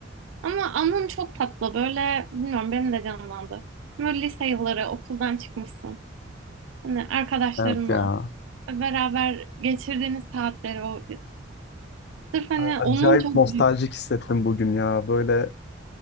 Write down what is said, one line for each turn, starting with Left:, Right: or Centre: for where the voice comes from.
Right: Ama anın çok tatlı böyle bilmiyorum benim de canlandı. Böyle lise yılları okuldan çıkmışsın. Hani arkadaşlarınla
Left: Evet ya.
Right: beraber geçirdiğiniz saatleri o sırf hani
Left: A-
Right: onun
Left: Acayip
Right: çok
Left: nostaljik
Right: büyük.
Left: hissettim bugün ya. Böyle